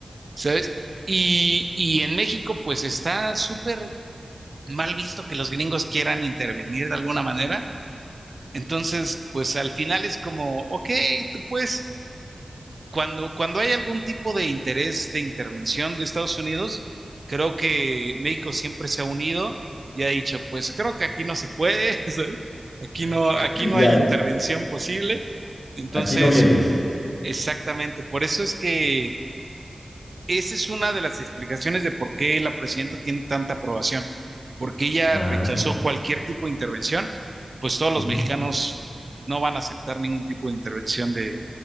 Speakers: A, on the right (about 60°); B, on the left (about 60°).
A: ¿sabes? Y, y en México pues está súper mal visto que los gringos quieran intervenir de alguna manera. Entonces, pues al final es como, ok, tú puedes cuando, cuando hay algún tipo de interés de intervención de Estados Unidos, creo que México siempre se ha unido y ha dicho, pues creo que aquí no se puede, <laughs> ¿sabes? Aquí no,
B: <laughs>
A: aquí no
B: Ya,
A: hay intervención posible. Entonces,
B: aquí no vienes.
A: exactamente, por eso es que esa es una de las explicaciones de por qué la presidenta tiene tanta aprobación, porque ella
B: Ah,
A: rechazó
B: ya.
A: cualquier tipo de intervención, pues todos los
B: Ujú,
A: mexicanos no van a aceptar ningún tipo de intervención de,